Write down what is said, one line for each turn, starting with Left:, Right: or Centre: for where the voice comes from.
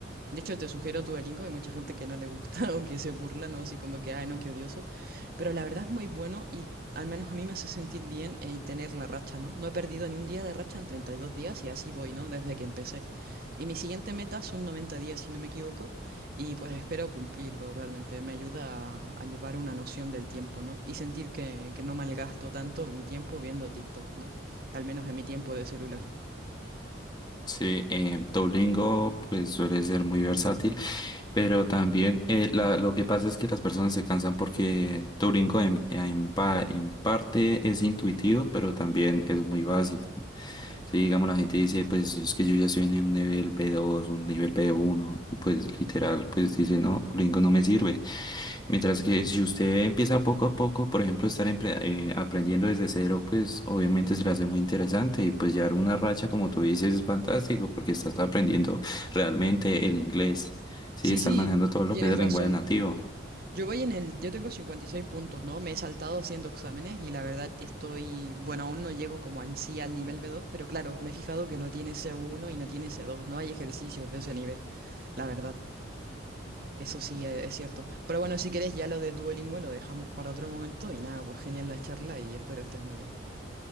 Right: De hecho, te sugiero tu Duolingo, hay mucha gente que no le gusta <laughs> o que se burla, ¿no? Así como que, ay, no, qué odioso. Pero la verdad es muy bueno y al menos a mí me hace sentir bien eh, tener la racha, ¿no? No he perdido ni un día de racha en 32 días y así voy, ¿no? Desde que empecé. Y mi siguiente meta son 90 días, si no me equivoco, y pues espero cumplirlo realmente. Me ayuda a, a llevar una noción del tiempo, ¿no? Y sentir que, que no malgasto tanto mi tiempo viendo TikTok, ¿no? Al menos en mi tiempo de celular.
Left: Sí, eh, Duolingo pues suele ser muy versátil. Pero también eh, la- lo que pasa es que las personas se cansan porque Turingo en, en pa- en parte es intuitivo, pero también es muy básico. Si digamos la gente dice, pues es que yo ya estoy en un nivel b dos un nivel b uno y pues literal, pues dice, no, Duolingo no me sirve. Mientras que si usted empieza poco a poco, por ejemplo, estar empre- eh, aprendiendo desde cero, pues obviamente se le hace muy interesante y pues llevar una racha, como tú dices, es fantástico porque estás aprendiendo realmente el inglés. Sí,
Right: Sí,
Left: están
Right: sí,
Left: manejando todo lo
Right: tienes
Left: que es el
Right: razón.
Left: lenguaje nativo.
Right: Yo voy en el, yo tengo 56 puntos, ¿no? Me he saltado haciendo exámenes y la verdad estoy, bueno, aún no llego como en sí al nivel b dos, pero claro, me he fijado que no tiene c uno y no tiene c dos, no hay ejercicios de ese nivel, la verdad, eso sí eh, es cierto. Pero bueno, si quieres ya lo de Duolingo lo dejamos para otro momento y nada, pues genial la charla y espero estés muy bien.